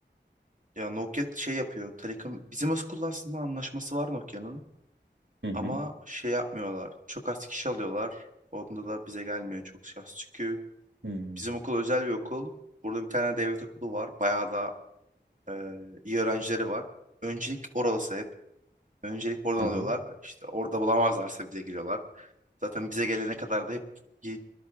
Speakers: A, on the right; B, on the right.
A: Ya Nokia şey yapıyor. Telekom bizim Askull'la aslında anlaşması var Nokia'nın
B: Hı hı.
A: ama şey yapmıyorlar. Çok az kişi alıyorlar. Onda da bize gelmiyor çok şans. Çünkü
B: Hmm.
A: bizim okul özel bir okul. Burada bir tane devlet okulu var. Bayağı da e, iyi öğrencileri var. Öncelik orası hep. Öncelik oradan
B: Hı
A: alıyorlar.
B: hı.
A: İşte orada bulamazlarsa bize geliyorlar. Zaten bize gelene kadar da hep e,